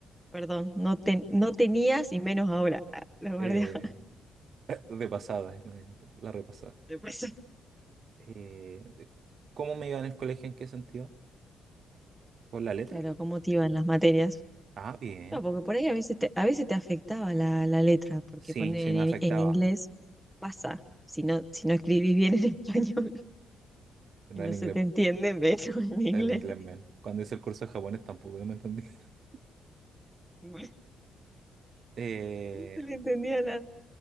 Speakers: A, in the centre; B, on the right.
A: Perdón, no, te, no tenías y menos ahora. Ah, La guardia
B: Eh, de pasada, eh, me- la repasada.
A: <laughs> después.
B: Eh, eh, ¿cómo me iba en el colegio? ¿En qué sentido? ¿Por la letra?
A: Claro, ¿cómo te iban las materias?
B: Ah, bien.
A: No, porque por ahí a veces te, a veces te afectaba la, la letra, porque
B: Sí,
A: poner
B: sí me
A: en,
B: afectaba
A: en inglés pasa. Si no, si no escribís bien en <laughs> español
B: No,
A: y no
B: en inglés.
A: se te entiende, menos en inglés.
B: En inglés menos. Cuando hice el curso de japonés tampoco no me entendí. <laughs>
A: <laughs>
B: Eh,
A: No se le entendía nada.